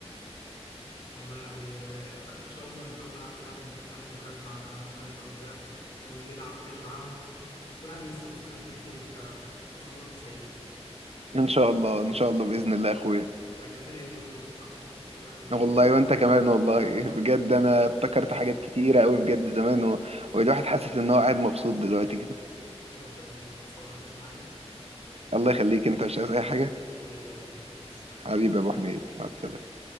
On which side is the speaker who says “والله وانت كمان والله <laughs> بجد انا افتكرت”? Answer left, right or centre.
Right